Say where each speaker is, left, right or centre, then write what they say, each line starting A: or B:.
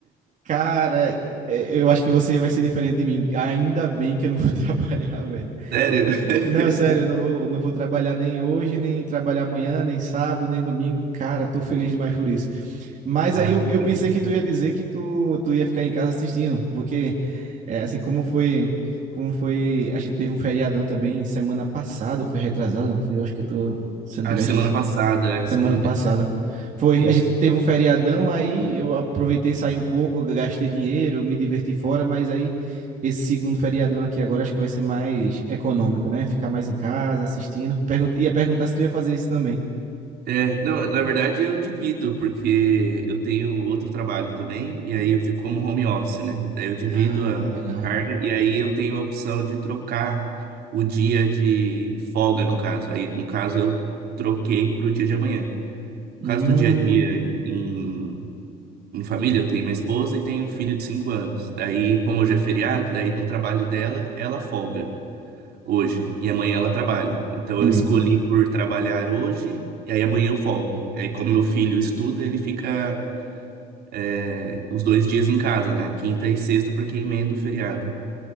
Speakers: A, on the right (about 50°); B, on the right (about 70°).
A: Cara, é, eu acho que você vai ser diferente de mim. Ainda bem que eu não vou <laughs> trabalhar, velho.
B: <laughs> Sério? <laughs>
A: Não, sério, eu não vou, não vou trabalhar nem hoje, nem trabalhar amanhã, nem sábado, nem domingo. Cara, tô feliz demais por isso. Mas
B: Ah,
A: aí eu,
B: que
A: eu
B: maravilha.
A: pensei que tu ia dizer que tu, tu ia ficar em casa assistindo, porque é, assim como foi, como foi, a gente teve um feriadão também semana passada, foi retrasada, não foi? Eu acho que eu tô, se eu não
B: Acho
A: tiver
B: que
A: esquecido.
B: semana passada, é, se
A: Semana
B: eu não me
A: passada.
B: engano.
A: Foi,
B: Isso.
A: a gente teve um feriadão, aí eu aproveitei, saí um pouco, eu gastei dinheiro, me diverti fora, mas aí esse segundo feriadão aqui agora acho que vai ser mais econômico, né? Ficar mais em casa, assistindo. Pergunta, ia perguntar se tu ia fazer isso também.
B: É, não, na verdade eu divido, porque eu tenho outro trabalho também, e aí eu fico como home office, né? Daí eu divido
A: Ah,
B: a,
A: legal.
B: a carga, e aí eu tenho a opção de trocar o dia de folga, no caso. Aí, no caso, eu troquei para o dia de amanhã. No
A: Hum,
B: caso do dia a dia em, em família, eu tenho minha esposa e tenho um filho de 5 anos. Daí, como hoje é feriado, daí no trabalho dela, ela folga hoje e amanhã ela trabalha. Então
A: entendi.
B: eu escolhi por trabalhar hoje e aí amanhã eu folgo. E aí, como meu filho estuda, ele fica é, os dois dias em casa, né? Quinta e sexta, porque emenda o feriado.